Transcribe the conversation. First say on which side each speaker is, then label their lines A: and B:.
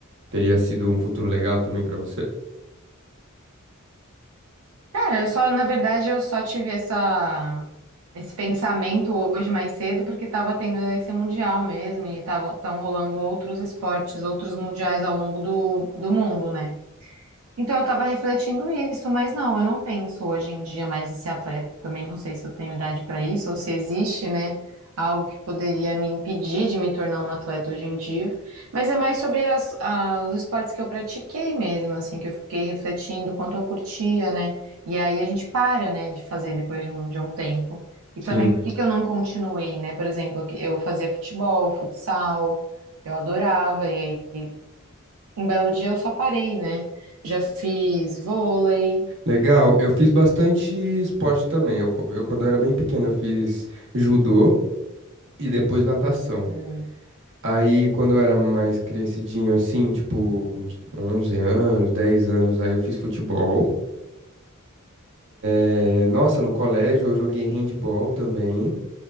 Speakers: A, on the right; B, on the right.
A: teria sido um futuro legal também pra você?
B: Cara, eu só, na verdade, eu só tive essa, esse pensamento hoje mais cedo porque tava tendo esse mundial mesmo e tava, tão rolando outros esportes, outros mundiais ao longo do, do mundo, né? Então, eu tava refletindo isso, mas não, eu não penso hoje em dia mais em ser atleta. Também não sei se eu tenho idade para isso ou se existe, né, algo que poderia me impedir de me tornar uma atleta hoje em dia. Mas é mais sobre as, a- os esportes que eu pratiquei mesmo, assim, que eu fiquei refletindo quanto eu curtia, né? E aí a gente para, né, de fazer depois de um, de um tempo. E
A: Sim,
B: também por que que eu não continuei, né? Por exemplo, eu fazia futebol, futsal, eu adorava, e aí. Um belo dia eu só parei, né? Já fiz vôlei.
A: legal. Eu fiz bastante esporte também. Eu, co- eu, quando eu era bem pequeno, eu fiz judô e depois natação.
B: hum.
A: Aí, quando eu era mais crescidinho, assim, tipo, uns 11 anos, 10 anos, aí eu fiz futebol. Eh, nossa, no colégio eu joguei handball também.